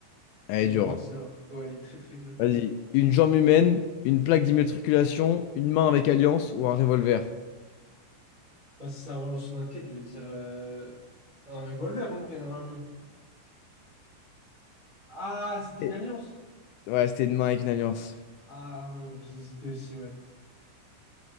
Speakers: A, on the left (about 85°); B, on the right (about 30°).
A: Elle
B: Elle
A: est
B: est
A: dure.
B: gore,
A: hein.
B: celle-là. Ouais, elle est très très dure.
A: Vas-y, une jambe humaine, une plaque d'immatriculation, une main avec alliance ou un revolver?
B: Bah, si ça relance une enquête, je vais dire euh, un revolver en vrai, normalement. Ah, c'était
A: Et-
B: une alliance.
A: Ouais, c'était une main avec une alliance.
B: Ah ouais, j'hésitais aussi, ouais.